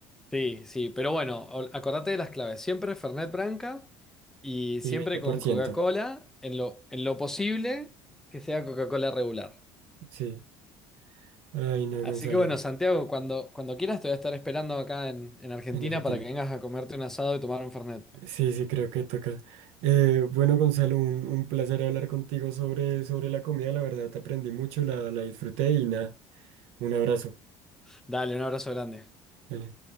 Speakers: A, in the centre; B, on the right.
A: Sí, sí, pero bueno, o- acordate de las claves. Siempre Fernet Branca y
B: <laughs> ¿Y
A: siempre
B: veinte por
A: con
B: ciento
A: Coca-Cola, en lo, en lo posible que sea Coca-Cola regular.
B: Sí. Ay, no,
A: Así
B: Gonzalo,
A: que bueno, Santiago, cuando, cuando quieras te voy a estar esperando acá en, en Argentina
B: en Argentina.
A: para que vengas a comerte un asado y tomar un Fernet.
B: Sí, sí, creo que toca. Eh, bueno, Gonzalo, un, un placer hablar contigo sobre, sobre la comida. La verdad, aprendí mucho, la, la disfruté y nada, un abrazo.
A: Dale, un abrazo grande.
B: Dale.